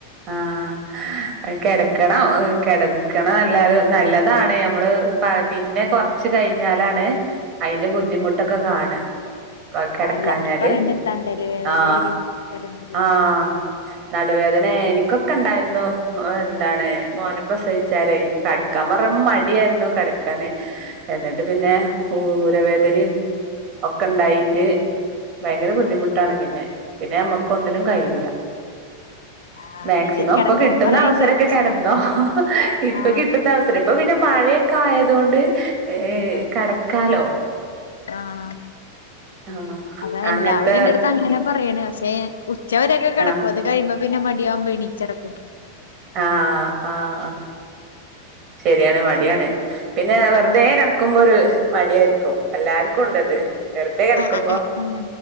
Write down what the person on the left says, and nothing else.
ആ എല്ലാവരും പറയണ്ട് തണ്ടല് വേദന
വരും കിടന്നില്ലെങ്കിൽ
<inaudible>
ഇത് കിടക്കാൻ
പറയണ്ട്
പക്ഷെ
ആഹ്
സുഖം
ആഹ്
അതാ
എല്ലാവരും എന്റെടുത്ത് അങ്ങനെ പറയണ് പക്ഷെ ഉച്ചവരൊക്കെ കിടക്കും.
അത് കഴിയുമ്പോ, പിന്നെ മടിയാവുംമ്പോൾ എണീച്ച് നടക്കും.
അതെ
ആഹ്
ആഹ് ആഹ് ആഹ് അങ്ങ